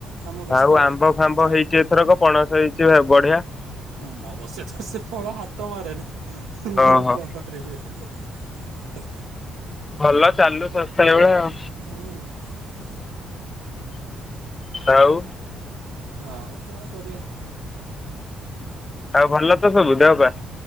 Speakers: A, on the right (about 65°); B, on the left (about 25°).
A: କାମ ବ୍ୟସ୍ତରେ
B: ଆଉ ଆମ୍ବ ଫାମ୍ବ
A: ଯାଇପାରେ
B: ହେଇଚି ଏଥରକ ପଣସ ହେଇଚି ବଢିଆ।
A: ମୁଁ ଅବଶ୍ୟ ତ ସେ ଫଳ ହାତ ମାରେନ
B: ଓହୋ।
A: ମୁଁ କଣ କରିବି? <inaudible>
B: ଭଲ ଚାଲୁ ଶସ୍ତା ଏଇ ଭଳିଆ ଆଉ।
A: ହୁଁ।
B: ଆଉ
A: ଆଉ କଣ କରିବା?
B: ଆଉ ଭଲ ତ ସବୁ ଦେହ ପା